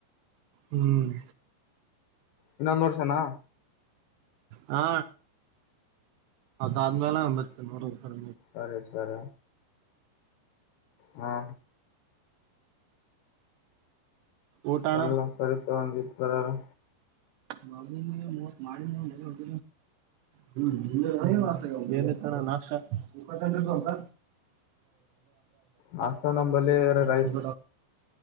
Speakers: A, on the right; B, on the left.
A: ಹ್ಮ್
B: ಇನ್ನೊಂದ್ ವರ್ಷನಾ
A: ಹಾ ಅದಾದ್ಮೇಲೆಂಬರ್ತ ನ ಕ
B: ಸರಿ ಸರ ಹಾ
A: ಊಟ ಅಣ್ಣ
B: ಎಲ್ಲ ಸರಿ ತಗತರಲ್ಲ
A: ಮ ನೀ ಮತ್ ಮಾಡ ನೀ ಮ ಹೋಗ ಹ್ಮ ತ ನಾ ಅ
B: ನಾಷ್ಟ ನಂಬಲ್ಲಿ ರೈಸ್
A: ಕಂ